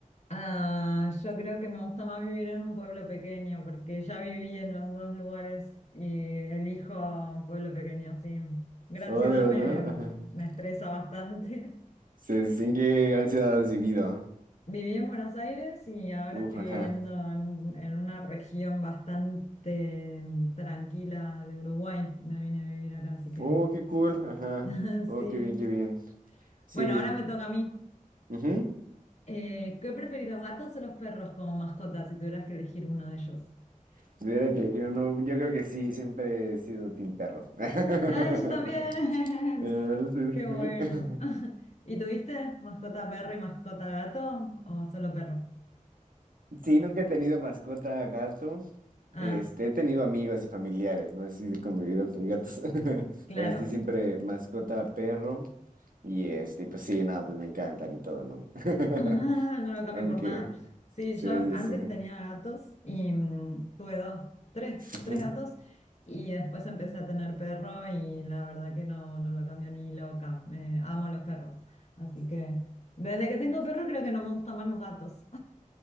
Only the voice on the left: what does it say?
Ah, yo creo que me gusta más vivir en un pueblo pequeño, porque ya viví en los dos lugares y elijo pueblo pequeño, sí. Gran
ciudad
me,
me estresa bastante.
<laughs> Viví en Buenos Aires y ahora
estoy
viviendo en, un- en una región bastante mm, tranquila de Uruguay. Me vine a vivir acá, así que
<laughs>
sí.
Bueno, ahora me toca a mí.
Eh, ¿qué preferís, los gatos o los perros como mascotas si tuvieras que elegir uno de ellos?
¡Ay, yo también!
<laughs>
¡Qué
bueno!
<laughs> ¿Y tuviste mascota perro y mascota gato o solo perro?
Ah,
claro.
Ah, no lo cambio
por nada. Sí,
yo antes
tenía gatos y mm, tuve dos, tres,
tres gatos y después empecé a tener perro y la verdad que no, no lo cambio ni loca. Me, amo los perros. Así que desde que tengo perro creo que no me gustan más los gatos.